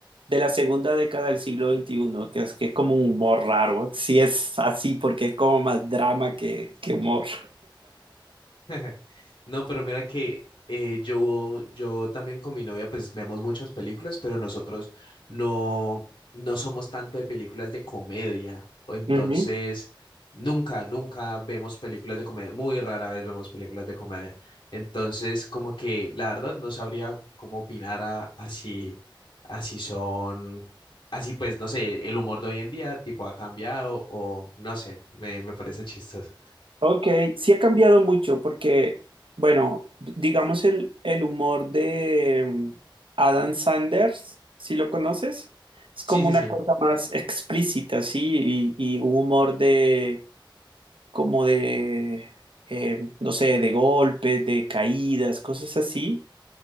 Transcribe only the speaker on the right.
de la segunda década del siglo veintiuno que es que es como un humor raro. Sí es así porque es como más drama que, que humor.
Ujú.
Ok, sí ha cambiado mucho porque, bueno, d- digamos el, el humor de mm, Adam Sanders, si lo conoces, es
como
una
cosa más explícita, sí, y, y un humor de, como de, eh, no sé, de golpes, de caídas, cosas así,